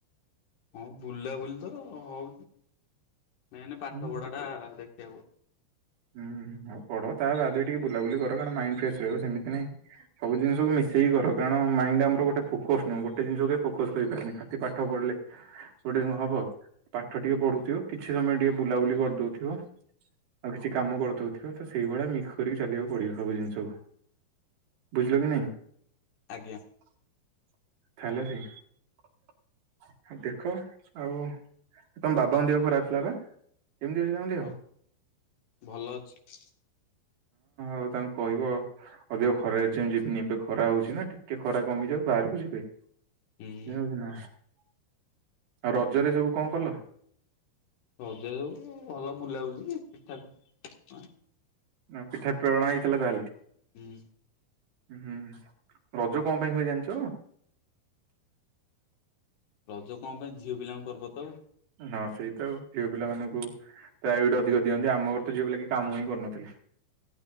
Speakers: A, on the left; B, on the right.
A: ହଁ ବୁଲା ବୁଲି ତ ହୋଉଚି ମେନ୍ ପାଠ
B: ହୁଁ
A: ପଢା ଟା ଦେଖିବାକୁ ପଡୁ
B: ହୁଁ ହୋଉ ପଢ ତା ବାଦେ ବି ଟିକେ ବୁଲାବୁଲି କର କାରଣ ମାଇଣ୍ଡ ଫ୍ରେଶ ରହିବ ସେମିତି ନାଇଁ। ସବୁ ଜିନିଷକୁ ମିଶେଇି କର କାରଣ ମାଇଣ୍ଡ ଆମର ଗୋଟେ ଫୋକସ୍ ନୁହୁଁ ଗୋଟେ ଜିନିଷ କେବେ ଫୋକସ୍ କହିପାରେନି ଖାଲି ପା ଠ ପଢିଲେ ଗୋଟେ ଦିନ ହବ ପାଠ ଟିକେ ପଢୁଥିବ। କିଛି ସମୟ ଟିକେ ବୁଲାବୁଲି କରିଦୋଉଥିବ। ଆଉ କିଛି କାମ କରିଦୋଉଥିବ ତ ସେଇଭଳିଆ ମିକ୍ସ କରିକି ଚାଲିବାକୁ ପଡିବ ସବୁ ଜିନିଷକୁ। ବୁଝିଲ କି ନାଇଁ?
A: ଆଜ୍ଞା।
B: <unintelligible> ଦେଖ ଆଉ ତମ ବାବାଙ୍କ ଦେହ ଖରାପ ଥିଲା ପା କେମିତି ଅଛି ତଙ୍କ ଦେହ?
A: ହଁ। ଭଲ ଅଛି।
B: ହୋଉ ତାଙ୍କୁ କହିବ ଅଧିକ ଖରାରେ ଯେମିତି ଯିବିନି ଏବେ ଖରା ହୋଉଚି ନା ଟିକେ ଖରା କମିଯାଉ ବାହାରକୁ ଯିବେ।
A: ହୁଁ
B: <unintelligible> ହୋଉଚି ନା ଆଉ ରଜରେ ସବୁ କଣ କଲ?
A: ରଜରେ ସବ ଭଲ ବୁଲାବୁଲି ପିଠା <unintelligible>
B: ନା ପିଠା ପ୍ରେରଣା ହେଇଥିଲା ତାହେଲେ।
A: ହୁଁ।
B: ହୁଁ ରଜ କଣ ପାଇଁ ହୁଏ ଜାଣିଚ?
A: ରଜ କଣ ପାଇଁ ଝିଅ ପିଲାଙ୍କ ପର୍ବ ତ।
B: ହଁ ସେଇତ ଆଉ ଝିଅ ପିଲାମାନଙ୍କୁ ତ ପ୍ରାୟୋରିଟି ଅଧିକ ଦିଅନ୍ତି। ଆମ ଘର ତ ଝିଅ ପିଲା କେହି କାମ ହିଁ କରୁନଥିଲେ।